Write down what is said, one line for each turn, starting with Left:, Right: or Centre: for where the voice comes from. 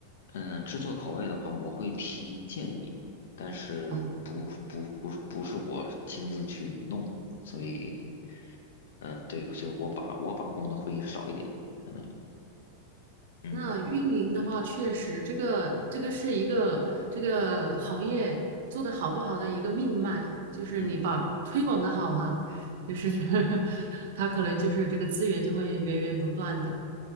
Left: 嗯，制作口味的话，我会提建议，但是不不不不是我亲自去弄，
Right: 哦，哦
Left: 所以，嗯，对，所以我把我把控的会少一点，可能，嗯，
Right: 那运营的话，
Left: 是的，
Right: 确实这个这个是一个这个行业做得好不好的一个命脉，就是你把推广的好哈，
Left: 嗯，
Right: 就是 <laughs> 他可能就是这个资源就会源源不断的，